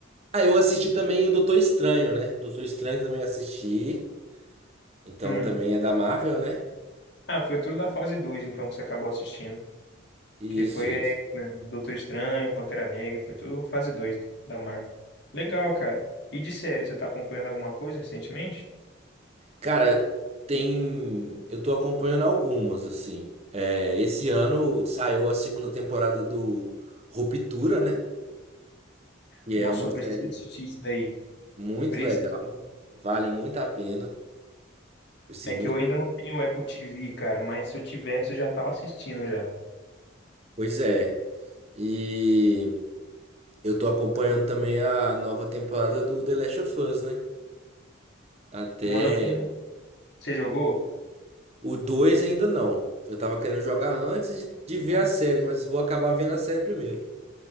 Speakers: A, on the right (about 30°); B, on the left (about 55°).
A: Ah, eu assisti também o Doutor Estranho, né? Doutor Estranho também assisti. Então
B: Hum.
A: também é da Marvel, né?
B: Ah, foi tudo da fase 2, então, que você acabou assistindo.
A: Isso,
B: Que foi,
A: isso.
B: é, né, Doutor Estranho, Pantera Negra, foi tudo fase 2 da Marvel. Legal, cara. E de série, você tá acompanhando alguma coisa recentemente?
A: Cara, tem. Eu tô acompanhando algumas, assim. É, esse ano saiu a segunda temporada do Ruptura, né? Que
B: Nossa,
A: é uma
B: eu preciso
A: série
B: assistir isso daí.
A: muito
B: Preciso.
A: legal. Vale muito a pena. Assim,
B: É
A: muito
B: que eu ainda
A: bem
B: não
A: feita.
B: tenho Apple TV, cara, mas se eu tivesse, eu já tava assistindo já.
A: Pois é. E. Eu tô acompanhando também a nova temporada do The Last of Us, né? Até
B: Mano, você jogou?
A: o 2 ainda não. Eu tava querendo jogar antes de, de ver
B: Nossa.
A: a série, mas vou acabar vendo a série primeiro.